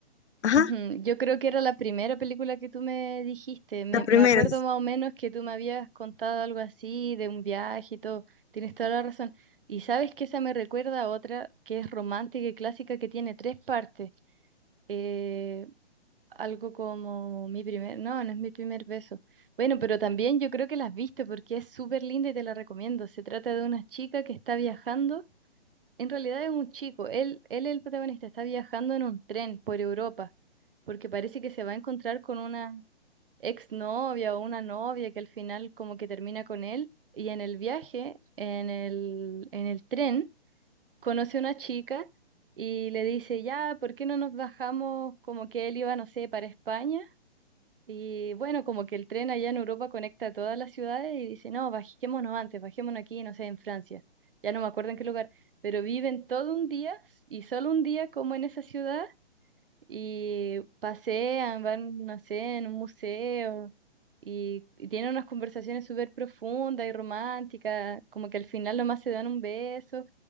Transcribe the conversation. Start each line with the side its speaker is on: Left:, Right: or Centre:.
Left: Ajá.
Right: Ujú, Yo creo que era la primera película que tú me dijiste. Me,
Left: La primera.
Right: me acuerdo más o menos que tú me habías contado algo así de un viaje y todo. Tienes toda la razón. Y sabes que esa me recuerda a otra que es romántica y clásica que tiene tres partes. Eh, algo como mi primer, no, no es mi primer beso. Bueno, pero también yo creo que la has visto porque es súper linda y te la recomiendo. Se trata de una chica que está viajando en realidad es un chico, él, él, es el protagonista, está viajando en un tren por Europa, porque parece que se va a encontrar con una exnovia o una novia que al final como que termina con él, y en el viaje, en el, en el tren, conoce a una chica y le dice, ya, ¿por qué no nos bajamos como que él iba, no sé, para España? Y bueno, como que el tren allá en Europa conecta todas las ciudades y dice, no, bajémonos antes, bajémonos aquí, no sé, en Francia, ya no me acuerdo en qué lugar, pero viven todo un día y solo un día como en esa ciudad y pasean, van, no sé, en un museo y, y tienen unas conversaciones súper profundas y románticas, como que al final nomás se dan un beso